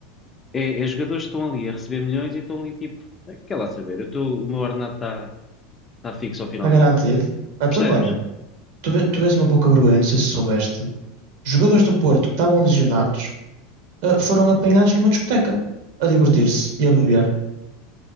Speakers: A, on the left; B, on the right.
A: É, é jogadores que estão ali a receber milhões e estão ali tipo, "Ah, quer lá saber, eu estou o meu ordenado está tá fixo ao final
B: está garantido.
A: do mês,
B: Ah, Então,
A: percebes?
B: olha, tu, ve- tu vês uma pouca vergonha, não sei se soubeste. Jogadores do Porto que estavam lesionados, ah, foram apanhados numa discoteca a divertir-se e a beber.